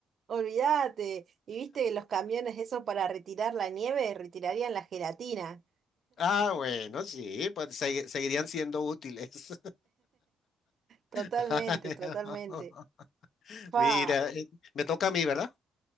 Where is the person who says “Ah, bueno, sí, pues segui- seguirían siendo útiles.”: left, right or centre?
Left